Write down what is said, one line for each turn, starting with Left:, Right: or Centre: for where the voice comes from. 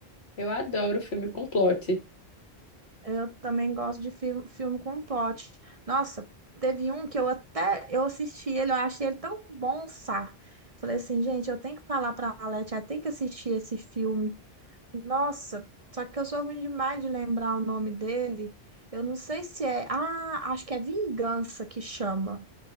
Left: eu adoro filme com plot.
Right: Eu também gosto de filme, filme com plot. Nossa, teve um que eu até eu assisti ele, eu achei ele tão bom, sá. Falei assim, gente, eu tenho que falar pra Alete, ela tem que assistir esse filme. Nossa, só que eu sou ruim demais de lembrar o nome dele. Eu não sei se é. Ah, acho que é Vingança que chama